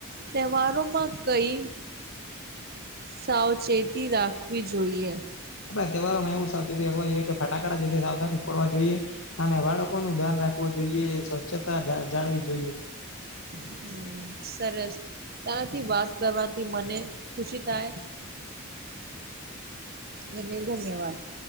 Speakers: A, on the right (about 45°); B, on the left (about 65°).
A: તહેવારોમાં કઈ સાવચેતી રાખવી જોઈએ?
B: આપણે તહેવારોમાં એવું સાવચેતી રાખવા જોઈએ કે ફટાકડા જે સાવધાની ફોડવા જોઈએ. અને બાળકો નું ધ્યાન રાખવું જોઈએ સ્વચ્છતા જાળવી જોઈએ.
A: હમમ સરસ તારા થી વાત કરવાથી મને ખુશી થાય. ધન્યવાદ <unintelligible>